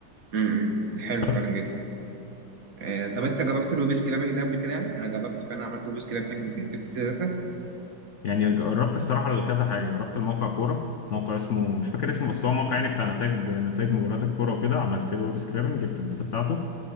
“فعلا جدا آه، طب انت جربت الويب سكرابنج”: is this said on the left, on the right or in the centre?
Right